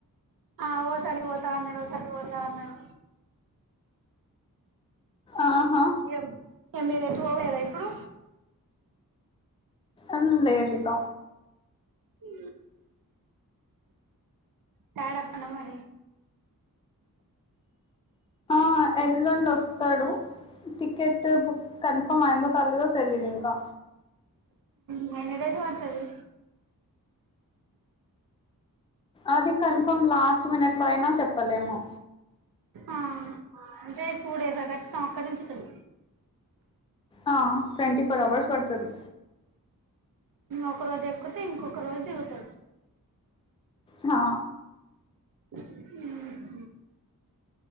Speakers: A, on the right (about 70°); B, on the left (about 15°).
A: ఆ ఓసారి పోతా అన్నాడు ఓసారి పోతా అన్నాడు
B: ఆహా
A: ఇగ మీరు ఎటు పోవుడు లేదా ఇప్పుడు
B: ఆ లేదు ఇక
A: ఉ డాడీ అత్తడా మరి
B: ఆ ఎల్లుండి వస్తాతాడు టికెట్ బుక్ కన్ఫర్మ్ అయిందో కలిదో తెలిదు ఇంకా
A: ఉ ఎన్ని డేస్ పడతది
B: అది కన్ఫర్మ్ లాస్ట్ మినిట్ లో అయినా చెప్పలేము
A: ఆ అంటే టూ డేస్ ఆ కచ్చితాం ఒక్కడి నుంచి ఇక్కడికి
B: ఆ ట్వంటీ ఫోర్ అవర్స్ పడుతుంది
A: ఒక రోజు ఎక్కుతే ఇంకొక రోజు దిగుతాడు
B: హ
A: ఉ హు